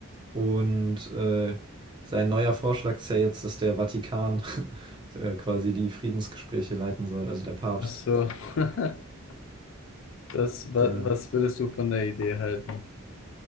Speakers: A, on the right; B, on the left.
A: Und äh, sein neuer Vorschlag ist ja jetzt, dass der Vatikan <laughs> äh, quasi die Friedensgespräche leiten soll, also der Papst.
B: Ach so. <laughs> Das, wa-
A: Der,
B: was würdest du von der Idee halten?